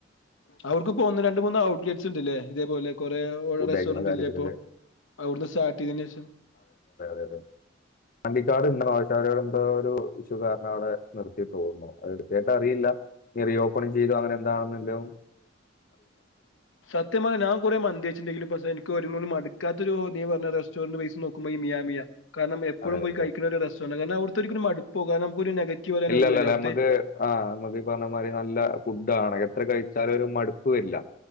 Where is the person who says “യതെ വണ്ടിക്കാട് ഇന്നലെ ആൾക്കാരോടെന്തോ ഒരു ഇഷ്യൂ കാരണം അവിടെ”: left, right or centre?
Left